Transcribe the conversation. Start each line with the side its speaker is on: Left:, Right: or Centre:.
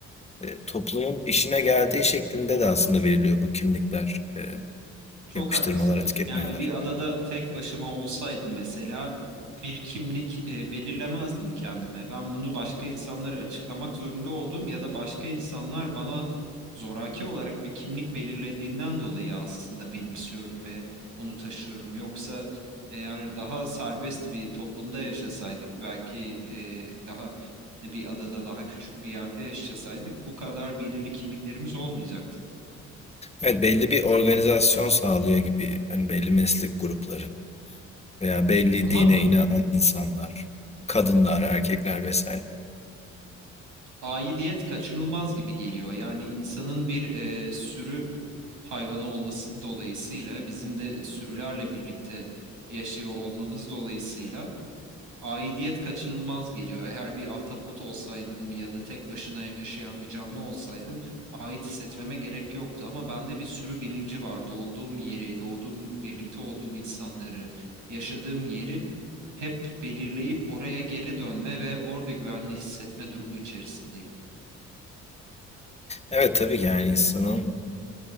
Left: e, toplumun işine geldiği şeklinde de aslında veriliyor bu kimlikler, e,
Right: Çok
Left: yapıştırmalar,
Right: haklısın.
Left: etiketlemeler.
Right: Yani bir adada tek başıma olsaydım mesela bir kimlik e, belirlemezdim kendime. Ben bunu başka insanlara açıklamak zorunda olduğum ya da başka insanlar bana zoraki olarak bir kimlik belirlediğinden dolayı aslında benimsiyorum ve bunu taşıyorum. Yoksa e, yani daha serbest bir toplumda yaşasaydık belki e, daha bir adada daha küçük bir yerde yaşasaydık bu kadar belirli kimliklerimiz olmayacaktı.
Left: Evet belli bir organizasyon sağlıyor gibi. Hani belli meslek grupları veya belli
Right: Ama
Left: dine inanan insanlar, kadınlar, erkekler vesaire.
Right: aidiyet kaçınılmaz gibi geliyor. Yani insanın bir e, sürü hayvanı olması dolayısıyla bizim de sürülerle birlikte yaşıyor olmamız dolayısıyla aidiyet kaçınılmaz geliyor. Eğer bir ahtapot olsaydım ya da tek başına yaşayan bir canlı olsaydım ait hissetmeme gerek yoktu ama bende bir sürü bilinci var. Doğduğum yeri, doğduğum birlikte olduğum insanları, yaşadığım yeri hep belirleyip oraya geri dönme ve orada güvenli hissetme durumu içerisindeyim.
Left: Evet tabii ki yani insanın